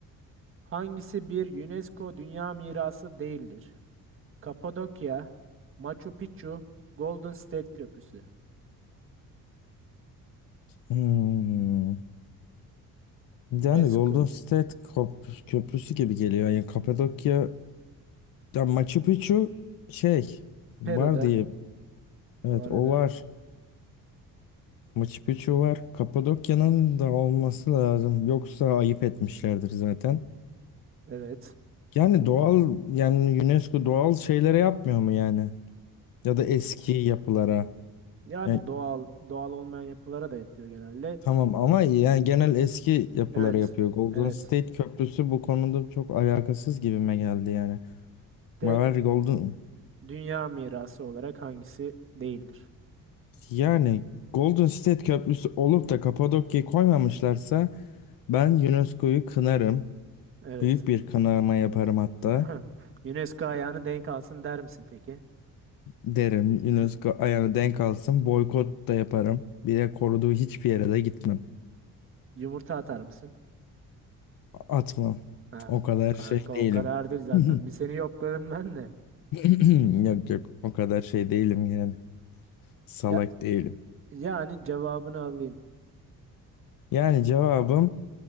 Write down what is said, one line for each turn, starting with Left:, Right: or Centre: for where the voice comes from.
Right: Hangisi bir UNESCO Dünya Mirası değildir? Kapadokya, Machu Picchu, Golden State Köprüsü.
Left: Hmm.
Right: UNESCO.
Left: Yani Golden State Kop- köprüsü gibi geliyor. Yani Kapadokya ya Machu Picchu şey var
Right: Peru'da
Left: diye. Evet
Right: bu arada.
Left: o var. Machu Picchu var. Kapadokya'nın da olması lazım. Yoksa ayıp etmişlerdir zaten.
Right: Evet.
Left: Yani doğal yani UNESCO doğal şeylere yapmıyor mu yani? Ya da eski yapılara.
Right: Yani
Left: Yani
Right: doğal doğal olmayan yapılara da yapıyor genelde.
Left: tamam ama yani genel eski yapılara
Right: Evet.
Left: yapıyor. Golden
Right: Evet.
Left: State Köprüsü bu konuda çok alakasız gibime geldi yani.
Right: Direkt
Left: Var Golden
Right: Dünya Mirası olarak hangisi değildir?
Left: yani Golden State Köprüsü olup da Kapadokya'yı koymamışlarsa ben UNESCO'yu kınarım.
Right: Evet.
Left: Büyük bir kınama yaparım hatta.
Right: <laughs> UNESCO ayağını denk alsın der misin peki?
Left: Derim UNESCO
Right: <laughs>
Left: ayağını denk alsın. Boykot da yaparım. Bir de koruduğu hiçbir yere de gitmem.
Right: Yumurta atar mısın?
Left: Atmam.
Right: Ha,
Left: O kadar
Right: kanka
Left: şey değilim.
Right: o kadar değil zaten.
Left: <laughs>
Right: Bir seni yokladım ben de.
Left: <clears throat> Yok yok o kadar şey değilim yani. Salak
Right: Ya,
Left: değilim.
Right: yani cevabını alayım.
Left: Yani cevabım